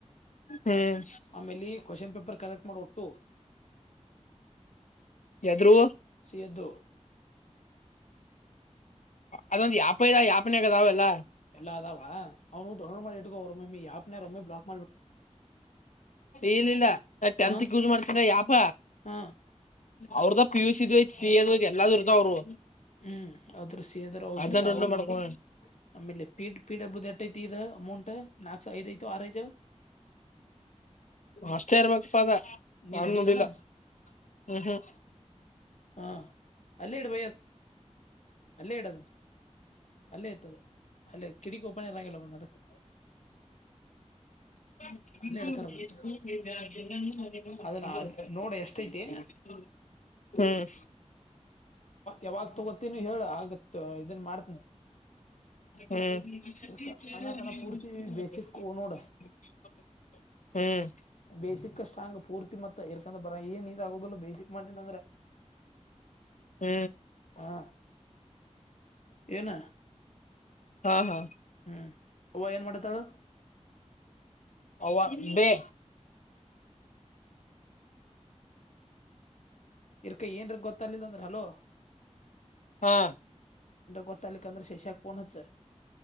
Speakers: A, on the left (about 85°); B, on the left (about 70°).
A: ಹ್ಮ್
B: ಆಮೇಲೆ ಕ್ವಶನ್ ಪೇಪರ್ ಕಲೆಕ್ಟ್ ಮಾಡ ಒಟ್ಟು
A: ಯಾದ್ರು
B: ಸಿ ಎದ್ದು
A: ಅದೊಂದು ಯಾಪ ಇದದ ಯಾಪನಗದಾವೆಲ್ಲ
B: ಎಲ್ಲ ಅ ಆದಾವ ಅವ್ನು ಟ್ರವಲ್ ಮಾಡಿು ಅವ ಯಾಪ್ಲಾ
A: ಈ ಇನಿಲ್ಲ ನಾ ಟೆಂತ್
B: ಹ
A: ಯೂಸ್ ಮಾಡ್ತೀನ ಯಾಪ
B: ಹ
A: ಅವ್ರದ್ದ ಪಿಯೂಷ ಇದ್್ ಶ್ರೀಯದ ಎಲ್ಲದರ್ದ ಅವ್ರು
B: ಹ್ಮ್ ಆದ್ರೂ ಸೇದ್ರ ಅವ
A: ಅದ್ನ
B: ಬಿರ್ತ
A: ಡೌನ್ಲೋಡ್
B: ಅವ್
A: ಮಾಡ್ಕೋ
B: ನೋಡು ಆಮೇಲೆ ಪೀಡ್ ಪೀಡಬುದು ಎಟ್ಟೈತಿ ದು ಅಮೌಂಟ್ ನಾಕ್ಸ ಐದಐತು ಆರಐತ
A: ಅಷ್ಟೇ ಇರ್ಬೇಕಪ್ಪ ಅದ
B: ನೀನ್
A: ನನ್ು
B: ನೋಡಿಲ್ಲನ
A: ನೋಡಿಲ್ಲ ಹ್ಮ್ ಹ್ಮ
B: ಹಾ ಅಲ್ಲಿೇ ಇಡ್ಬ ಅಲ್ಲ ಇಡದ ಅಲ್ಲೇ ಇತದ ಅಲ್ಲೇ ಕಿಟಕ್ಿ ಓಪನ್ ಇರಂಗಲ್ಲ ಅದಕ್
A: <unintelligible>
B: ಅಲ್ಲೇ ಇಡ್ತಾರ ಅದನ್ನ ಅದನ್ನ ನೋಡ ಎಷ್ಟೈತಿ
A: ಹ್ಮ
B: ಯಾವಾಗ್ ತಗೋತೀನಿ ಹೇಳ ಆಗತ್ ಇದನ್ ಮಾಡ್ತನಿ.
A: ಹ್ಮ <unintelligible>
B: ಇರ್ಕ ಅನ್ನತನ ಪೂರ್ತಿ ಬೇಸಿಕ್ ನೋಡ
A: ಹ್ಮ
B: ಬೇಸಿಕ್ ಸ್ಟ್ರಾಂಗ್ ಪೂರ್ತಿ ಮತ್ತ ಇರ್ಕಂದ ಬರ ಏನ್ ಇದ ಆಗುದಿಲ್ಲ ಬೇಸಿಕ್ ಮಾಡಿದ ಅಂದ್ರೆ
A: ಹ್ಮ
B: ಹಾ, ಏನ
A: ಹಾ
B: ಹ್ಮ್ ಅವ್ವ ಏನ್ ಮಾಡ್ತಾಳ?
A: ಅವ್ವ ಬೇ
B: ಇರ್ಕ ಏನ್ರ ಗೊತ್ತಲಿಲ್ಲ ಅಂದ್ರ ಹಲೋ
A: ಹಾ
B: ಗೊತ್ತಾಲಿಕಂದ್ರ ಶೇಷಾಗ್ ಪೋನ್ ಹಚ್ಚ